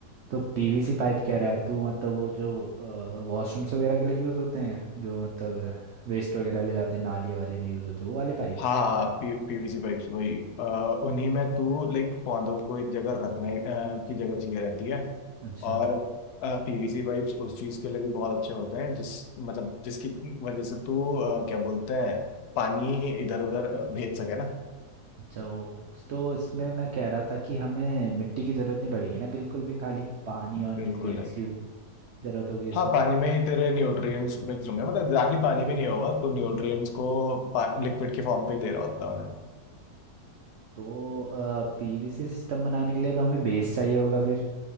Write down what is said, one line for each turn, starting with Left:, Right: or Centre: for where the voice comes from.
Right: तो पीवीसी पाइप कह रहा है तू मतलब वो जो वॉशरूम्स वगैरह के लिए यूज़ होते हैं जो मतलब वेस्ट वगैरह ले जाते हैं नाली वाले में यूज़ होते हैं वो वाले पाइप्स
Left: हाँ हाँ हाँ, पी पीवीसी पाइप्स वही अ, उन्हीं में तू लाइक पौधों को एक जगह रखने अ, की जगह चाहिए रहती है
Right: अच्छा
Left: और पीवीसी पाइप्स उस चीज के लिए भी बहुत अच्छे होते हैं जिस मतलब जिसकी वजह से तू अ, क्या बोलते हैं पानी इधर उधर भेज सके ना
Right: अच्छा वो- तो इसमें मैं कह रहा था कि हमें मिट्टी की ज़रूरत नहीं पड़ेगी ना बिल्कुल भी खाली पानी और न्यूट्रिएंट्स
Left: बिल्कुल नहीं
Right: की ज़रूरत होगी इसमें
Left: हाँ पानी में ही तेरे न्यूट्रिएंट्स मिक्स होंगे मतलब एग्जैक्टली पानी भी नहीं होगा तू न्यूट्रिएंट्स को लिक्विड के फॉर्म पे ही दे रहा होता है उन्हें
Right: तो पीवीसी सिस्टम बनाने के लिए तो हमें बेस चाहिए होगा फिर